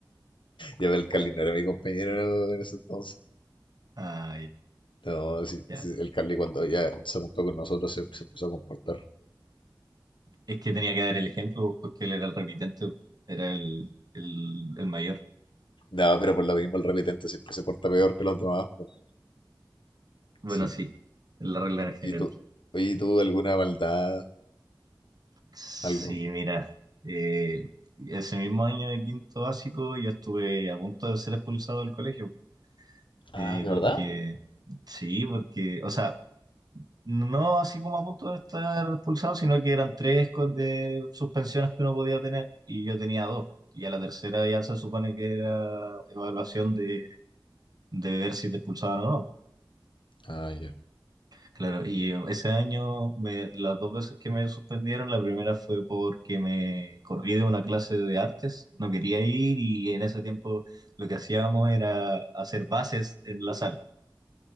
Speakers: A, on the left; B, on the right.
A: Ya el Carly
B: <laughs>
A: no era mi compañero en ese entonces.
B: Ah, ya,
A: No, sí,
B: ya.
A: sí, el Carly cuando ya se juntó con nosotros se, se empezó a comportar.
B: Es que tenía que dar el ejemplo porque él era el repitente, era el, el, el mayor.
A: No, pero por lo mismo el repetente siempre se porta peor que los demás. pues.
B: Bueno,
A: Sí.
B: sí, la regla en general.
A: ¿Y tú? Oye, ¿y tú alguna maldad?
B: Sí,
A: Algo.
B: mira, eh, ese mismo año de quinto básico yo estuve a punto de ser expulsado del colegio.
A: Ah,
B: eh,
A: ¿de verdad?
B: porque, sí, porque, o sea, no así como a punto de estar expulsado, sino que eran tres con- eh, suspensiones que uno podía tener y yo tenía dos. Y a la tercera ya se supone que era evaluación de, de ver si te expulsaban o no.
A: Ah, ya.
B: Claro, y eh, ese año me- las dos veces que me suspendieron, la primera fue porque me corrí de una clase de artes, no quería ir y en ese tiempo lo que hacíamos era hacer bases en la sala.